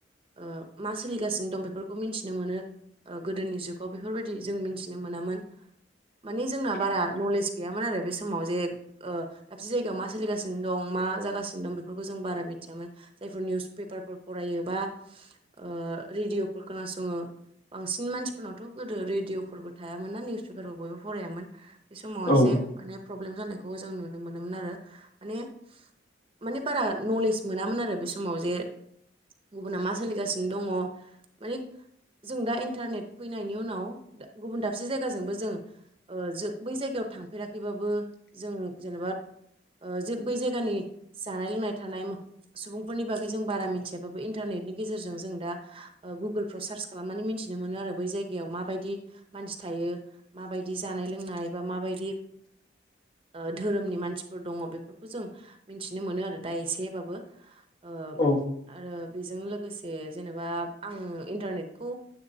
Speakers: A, on the right (about 30°); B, on the left (about 55°).
A: ओ मा सोलिगासिनो दं बेफोरखौ मिनथिनो मोनो ओ गोदोनि जुगाव बेफोरबायदि जों मिथिनो मो नोमोन। माने जोंना बारा नलेज गैयामोन आरो बे समाव जे ओ दाबसे जायगायाव मा सोलिगानों मा जागासिनो दं बेफोरखौ जों बारा मिथियामोन जायफोर निउस पेपारफोर फरायो एबा ओ रेदिअ' फोर खोनासङो बांसिन मानसिफोरनावथ' गोदो रेडिअ'फोरबो थायामोन ना निउस पेपारफोर बयबो फरायामोन बे समाव
B: औ
A: एसे माने प्रब्लेम जानायखौ जों नुनो मोनोमोन आरो। माने माने बारा नलेज मोनामोन आरो बे समाव जे गुबुना मा सोलिगासिनो दङ माने जों दा इन्टारनेट फैनायनि उनाव गुबुन दाबसे जायगाजोंबो जों ओ जों बै जायगायाव थांफेराखैबाबो जों जेनोबा ओ जे बै जायगानि जानाय लोंनाय थानाय सुबुंफोरनि बागै जों बारा मिथियाबाबो इन्टार नेटनि गेजेरजों जों दा ओ गुगोलफ्राव सार्स खालामनानै मिनथिनो मोनो आरो बै जायगायाव माबायदि मान सि थायो माबायदि जानाय लोंनाय बा माबायदि
B: <inaudible>
A: ओ धोरोमनि मानसिफोर दङ बेफोरखौ जों मिथिनो मोनो आरो दा एसेबाबो ओ
B: औ
A: आरो बेजों लोगोसे जेनोबा आं इन्टारनेटखौ